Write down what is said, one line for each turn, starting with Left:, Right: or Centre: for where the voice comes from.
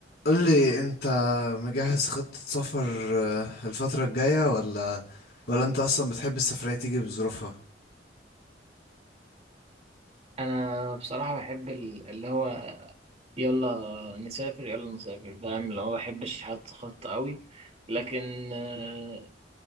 Left: قول لي انت مجهز خطة سفر آه، الفترة الجاية ولا ولا انت اصلا بتحب السفرية تيجي بظروفها
Right: انا بصراحه بحب ال- اللي هو يلا نسافر يلا نسافر فاهم اللي هو ما بحبش احط خطه قوي لكن آه،